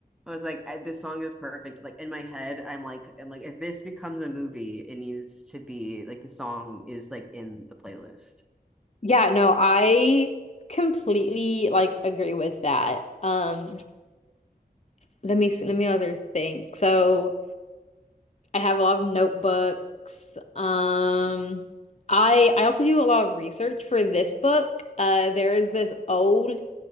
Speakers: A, in the centre; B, on the left (about 45°).
A: I was like I- this song is perfect. Like in my head, I'm like I'm like if this becomes a movie, it needs to be like the song is like in the playlist.
B: yeah no I completely like agree with that um let me see let me other think so I have a lot of notebooks. Um, I I also do a lot of research for this book. Uh, there is this old